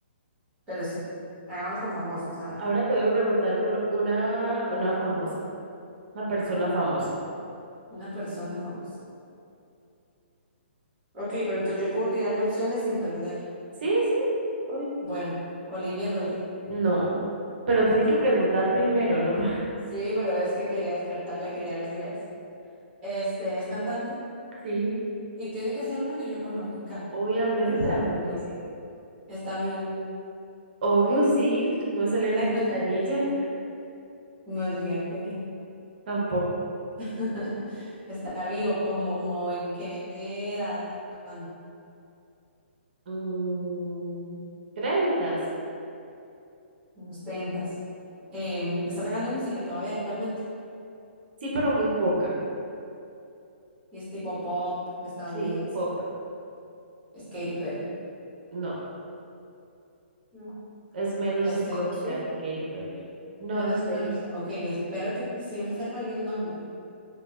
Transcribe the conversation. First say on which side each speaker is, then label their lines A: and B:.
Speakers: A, on the right (about 15°); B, on the right (about 50°).
A: Pero sí, hagámoslo con famosos, a ver.
B: Ahora te voy a preguntar por una, una famosa, una persona famosa.
A: Una persona famosa. Ok, pero entonces yo puedo tirarle opciones sin perder.
B: Sí, sí. obvio.
A: Bueno, Olivia Rodrigo.
B: No, pero tiene
A: <laughs>
B: que preguntar primero, ¿no? <laughs>
A: Sí, pero es que quería descartarla, quería ver si era esa. Este, es cantante
B: Sí.
A: y tiene que ser una que yo conozca.
B: Obviamente
A: ¿verdad?
B: la conoce.
A: Porque está vivo.
B: Obvio sí, no salió en
A: <laughs>
B: la Quintanilla
A: No es Liam Payne.
B: tampoco.
A: <laughs> Está vivo, como en qué edad anda,
B: Mm, treintas.
A: en los tentas. está sacando música todavía actualmente
B: Sí, pero muy poca.
A: y es tipo pop estadounidense.
B: Sí, pop.
A: Es Katy Perry.
B: No,
A: No.
B: es menos
A: Es
B: icónica
A: Taylor Swift,
B: que Katy Perry. No,
A: menos
B: no es
A: icónica.
B: Taylor Swift.
A: Ok, espero que sí me sepa yo el nombre.